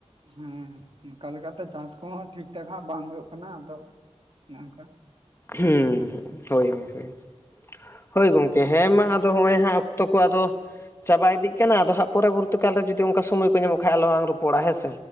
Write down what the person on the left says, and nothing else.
ᱦᱩᱸ ᱦᱳᱭ ᱦᱳᱭ ᱦᱳᱭ ᱜᱚᱢᱠᱮ ᱦᱮᱸ ᱢᱟ ᱟᱫᱚ ᱦᱚᱸᱜᱼᱚᱭ ᱦᱟᱸᱜ ᱚᱠᱛᱚ ᱠᱚ ᱟᱫᱚ ᱪᱟᱵᱟ ᱤᱫᱤᱜ ᱠᱟᱱᱟ, ᱟᱫᱚ ᱦᱟᱸᱜ ᱯᱚᱨᱚᱵᱚᱨᱛᱤ ᱠᱟᱞ ᱨᱮ ᱡᱩᱫᱤ ᱚᱱᱠᱟ ᱥᱚᱢᱚᱭ ᱠᱚ ᱧᱟᱢᱚᱜ ᱠᱷᱟᱡ ᱟᱞᱚᱞᱟᱝ ᱨᱚᱯᱚᱲᱟ ᱦᱮᱸ ᱥᱮ᱾